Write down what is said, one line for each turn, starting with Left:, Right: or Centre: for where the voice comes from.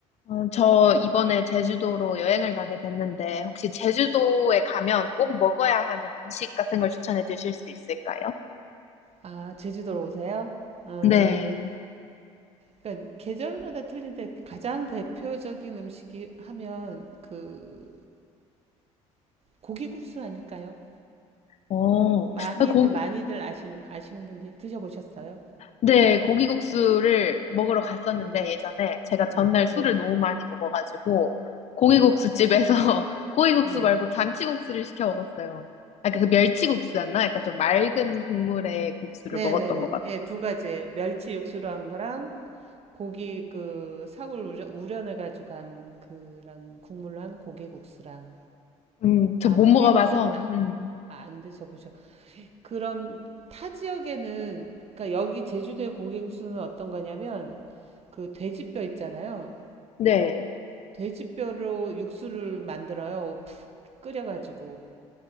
Left: 어, 저 이번에 제주도로 여행을 가게 됐는데, 혹시 제주도에 가면 꼭 먹어야 하는 음식 같은 걸 추천해 주실 수 있을까요?
Right: 아, 제주도로 오세요? 아,
Left: 네.
Right: 그러니까 계절마다 틀린데 가장 대표적인 음식이 하면 그 고기국수 아닐까요?
Left: 어,
Right: 많이들
Left: 아, 고기,
Right: 많이들 아시는 아시는 분들 드셔보셨어요?
Left: 네, 고기국수를 먹으러 갔었는데,
Right: 응,
Left: 예전에 제가
Right: 네,
Left: 전날
Right: 네,
Left: 술을 너무 많이 먹어가지고, 고기국수 집에서 <laughs> 고기국수
Right: 네,
Left: 말고 잔치국수를 시켜 먹었어요. 약간 그 멸치국수였나? 약간 좀 맑은 국물의 국수를
Right: 네,
Left: 먹었던
Right: 네, 네,
Left: 것 같아요.
Right: 예, 두 가지 멸치 육수로 한 거랑 고기 그 사골 우려, 우려내 가지고 한 그런 국물로 한 고기국수랑
Left: 음, 저
Right: 아
Left: 못
Right: 고기국수는
Left: 먹어봐서,
Right: 아-
Left: 음,
Right: 안 드셔보셨. 그럼 타 지역에는 그러니까 여기 제주도의 고기 육수는 어떤 거냐면 그 돼지뼈 있잖아요.
Left: 네.
Right: 돼지뼈로 육수를 만들어요. 푹 끓여가지고